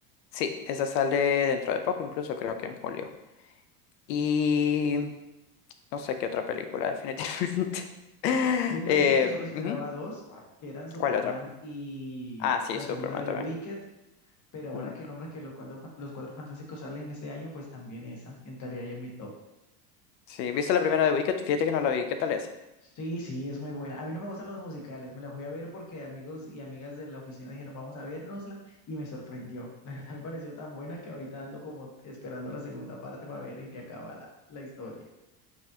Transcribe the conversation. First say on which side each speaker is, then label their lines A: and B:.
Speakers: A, on the left (about 80°); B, on the left (about 35°).
A: sí, esa sale dentro de poco, incluso creo que en julio. Y no sé qué otra película, definitivamente. <laughs>
B: Yo te iba
A: Eh,
B: a decir que solo esperaba
A: ujú,
B: dos, que eran Superman
A: ¿Cuál otra?
B: y
A: Ah, sí,
B: la
A: Superman
B: segunda de
A: también.
B: Wicked, pero ahora
A: Mm.
B: que nombras que los cuatro, fa- los cuatro fantásticos salen este año, pues también esa entraría ahí en mi top.
A: Sí, ¿viste la primera de Wicked? Fíjate que no la vi. ¿Qué tal es?
B: Sí, sí, es muy buena. A mí no me gustan los musicales, me la fui a ver porque amigos y amigas de la oficina dijeron vamos a vernosla y me sorprendió. <laughs> La verdad me pareció tan buena que ahorita ando como esperando la segunda parte para ver en qué acaba la, la historia.